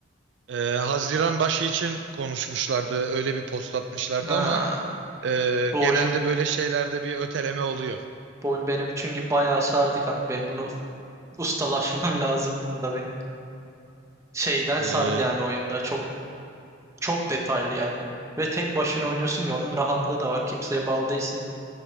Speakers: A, on the right (about 65°); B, on the right (about 15°).
A: E, Haziran başı için konuşmuşlardı öyle bir post atmışlardı
B: Ha,
A: ama Ee,
B: bu
A: genelde
B: oyun
A: böyle şeylerde bir öteleme oluyor.
B: bu oyun beni çünkü bayağı sardı kanka. Ben bunu ustalaşmam <laughs> lazım bunda benim. Şeyden
A: Ee,
B: sardı yani oyunda. Çok çok detaylı yani. Ve tek başına oynuyorsun ya onun rahatlığı da var. Kimseye bağlı değilsin.